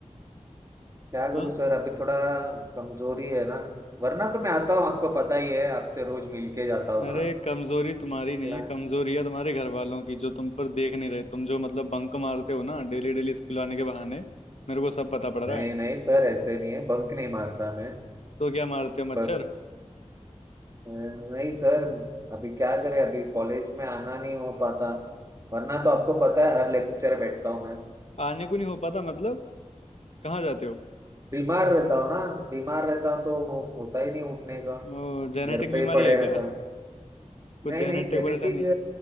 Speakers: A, on the right; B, on the left.
A: क्या करूँ
B: हाँ?
A: सर अभी थोड़ा कमजोरी है ना वरना तो मैं आता हूँ आपको पता ही है आपसे रोज मिल के जाता
B: अरे
A: हूँ
B: कमजोरी तुम्हारी नहीं
A: ना
B: है कमजोरी है तुम्हारे घर वालों की जो तुम पर देख नहीं रहे तुम जो मतलब बंक मारते हो ना डेली डेली स्कूल आने के बहाने मेरे को सब पता पड़ रहा
A: नहीं
B: है
A: नहीं सर ऐसे नहीं है बंक नहीं मारता मैं
B: तो क्या मारते हो मच्छर
A: बस अ, नहीं सर अभी क्या करें अभी कॉलेज में आना नहीं हो पाता वरना तो आपको पता है हर लेक्चर बैठता हूँ मैं
B: आने को नहीं हो पाता मतलब कहाँ जाते हो
A: बीमार रहता हूँ ना बीमार रहता हूँ तो हो- होता ही नहीं उठने का
B: ओ, जेनेटिक
A: घर पे
B: बीमारी
A: ही पड़े
B: है
A: रहता
B: क्या
A: हूँ
B: कुछ
A: नहीं
B: जेनेटिक
A: नहीं जेनेटिक
B: परेशानी